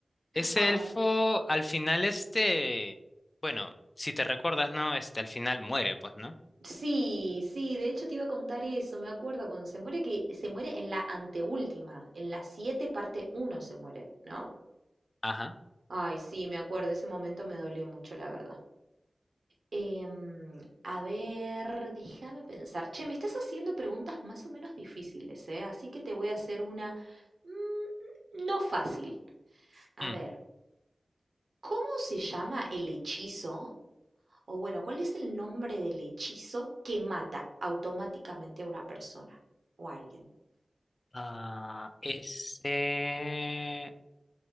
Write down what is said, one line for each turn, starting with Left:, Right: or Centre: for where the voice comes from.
Left: Ese
Right: Ah,
Left: elfo al final este, bueno, si te recuerdas, ¿no? Este al final muere, pues, ¿no?
Right: sí, sí, de hecho te iba a contar eso, me acuerdo cuando se muere, que se muere en la anteúltima, en la 7 parte uno se muere, ¿no?
Left: Ajá.
Right: Ay, sí, me acuerdo, ese momento me dolió mucho, la verdad. Em, a ver, déjame pensar. Che, me estás haciendo preguntas más o menos difíciles, ¿eh? Así que te voy a hacer una mm, no fácil. A
Left: Mm.
Right: ver, ¿cómo se llama el hechizo? O bueno, ¿cuál es el nombre del hechizo que mata automáticamente a una persona o a alguien?
Left: Ah, ese...